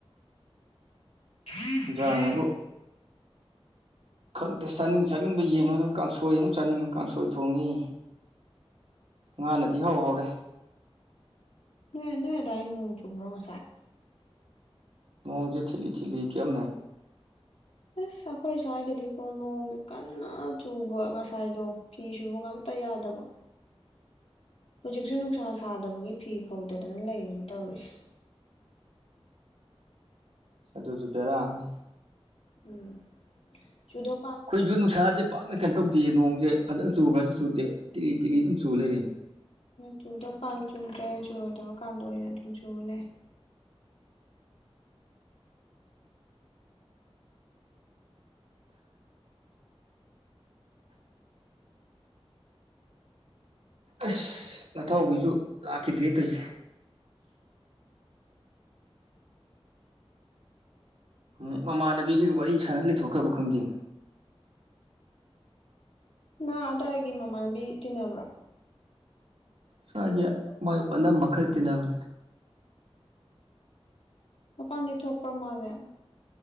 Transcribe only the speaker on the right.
ꯏꯟꯖꯥꯡ ꯍꯥꯏꯕꯨ ꯈꯪꯗꯦ ꯆꯥꯅꯤꯡ ꯆꯥꯅꯤꯡꯕ ꯌꯦꯡꯉꯒ ꯀꯥꯡꯁꯣꯏ ꯑꯃꯨꯛ ꯆꯥꯅꯤꯡꯉ ꯀꯥꯡꯁꯣꯏ ꯊꯣꯡꯉꯤ ꯉꯥꯅꯗꯤ ꯏꯍꯧ ꯍꯧꯔꯦ
ꯃꯣꯡꯁꯦ ꯊꯤꯂꯤ ꯊꯤꯂꯤ ꯈꯤꯛꯑꯝꯅꯦ
ꯁꯗꯁꯨꯨꯕꯦꯔꯥꯝꯅꯤ
ꯑꯩꯈꯣꯏꯁꯨ ꯅꯨꯡꯁꯥꯁꯦ ꯄꯥꯛꯅ ꯀꯩꯅꯣ ꯇꯧꯗꯦꯌꯦ ꯅꯣꯡꯁꯦ ꯐꯖꯅ ꯆꯨꯕ꯭ꯔꯥꯁꯨ ꯆꯨꯗꯦ ꯇꯤꯛꯂꯤ ꯇꯤꯛꯂꯤ ꯑꯗꯨꯝ ꯆꯨ ꯂꯩꯔꯤ
ꯑꯁ ꯅꯇꯥꯎꯕꯤꯁꯨ ꯂꯥꯛꯈꯤꯗ꯭ꯔꯦ ꯇꯧꯁꯦ ꯎꯝ ꯃꯃꯥꯟꯅꯕꯤꯒꯤ ꯋꯥꯔꯤ ꯁꯥꯟꯅ ꯂꯩꯊꯣꯛꯈ꯭ꯔꯕ ꯈꯪꯗꯦꯅꯦ
ꯁꯦ ꯃꯥꯏ ꯃꯅꯝꯃ ꯈꯧ ꯇꯤꯟꯕꯅꯤ